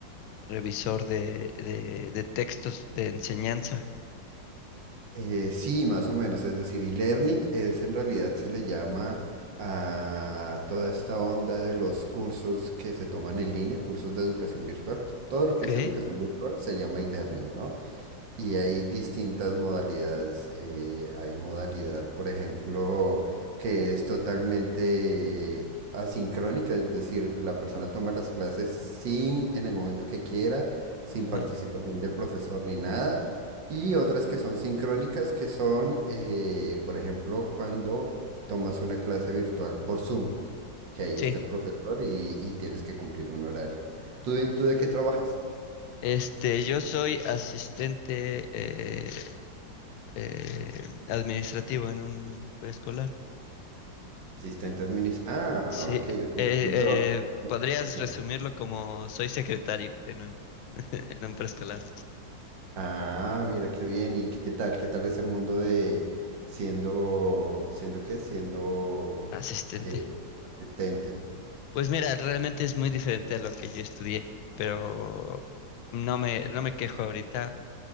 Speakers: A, on the left; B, on the right.
A: revisor de, de, de textos de enseñanza.
B: Eh, sí, más o menos. Es decir, e-learning es en realidad se le llama a toda esta onda de los cursos que se toman en línea, cursos de educación virtual. Todo
A: Ok.
B: lo que es educación virtual se llama e-learning, ¿no? Y hay distintas modalidades. eh, hay modalidad, por ejemplo, que es totalmente asincrónica, es decir, la persona toma las clases sin, en el momento que quiera, sin
A: Ajá.
B: participación del profesor ni nada. Y otras que son sincrónicas, que son, eh, por ejemplo, cuando tomas una clase virtual por Zoom, que ahí
A: Sí.
B: está el profesor y, y tienes que cumplir un horario. ¿Tú de, tú de qué trabajas?
A: Este, yo soy asistente eh, eh, administrativo en un preescolar.
B: asistentes administrativa.
A: Sí.
B: Ah, ok, ok.
A: Eh,
B: También trabajo
A: eh,
B: en
A: podrías
B: administración.
A: resumirlo como soy secretario en un, <laughs> en un preescolar.
B: Ah, mira, qué bien. ¿Y qué tal? ¿Qué tal es el mundo de siendo, siendo qué? Siendo
A: Asistente.
B: eh, asistente.
A: Pues mira, realmente es muy diferente a lo que yo estudié, pero no me, no me quejo ahorita.